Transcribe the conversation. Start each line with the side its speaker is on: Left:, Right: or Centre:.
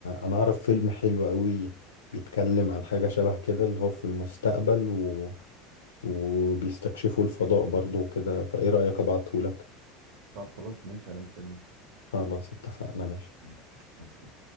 Left: انا اعرف فيلم حلو قوي بيتكلم عن حاجة شبه كده اللي هو في المستقبل و... وبيستكشفوا الفضاء برضو وكده فايه رأيك ابعتهولك
Right: طب خلاص ماشي انا مستنيك
Left: خلاص اتفقنا ماشي
Right: مم. اوكي